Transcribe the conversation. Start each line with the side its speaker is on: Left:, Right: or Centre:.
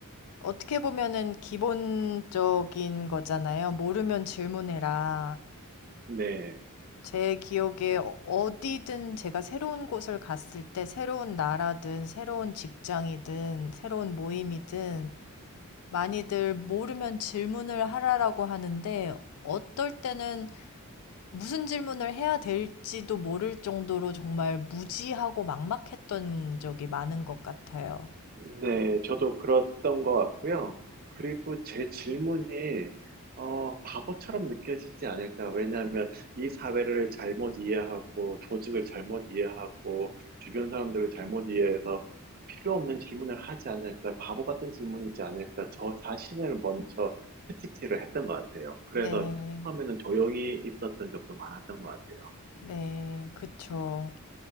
Left: 어떻게 보면은 기본적인 거잖아요. 모르면 질문해라.
Right: 네.
Left: 제 기억에 어- 어디든 제가 새로운 곳을 갔을 때 새로운 나라든 새로운 직장이든 새로운 모임이든 많이들 모르면 질문을 하라라고 하는데 어떨 때는 무슨 질문을 해야 될지도 모를 정도로 정말 무지하고 막막했던 적이 많은 것 같아요.
Right: 네, 저도 그랬던 것 같고요. 그리고 제 질문이, 어, 바보처럼 느껴지지 않을까. 왜냐하면 이 사회를 잘못 이해하고, 조직을 잘못 이해하고, 주변 사람들을 잘못 이해해서 필요 없는 질문을 하지 않을까. 바보 같은 질문이지 않을까. 저 자신을 먼저 채찍질을 했던 것 같아요. 그래서
Left: 네,
Right: 처음에는 조용히 있었던 적도 많았던 것 같아요.
Left: 네, 그쵸.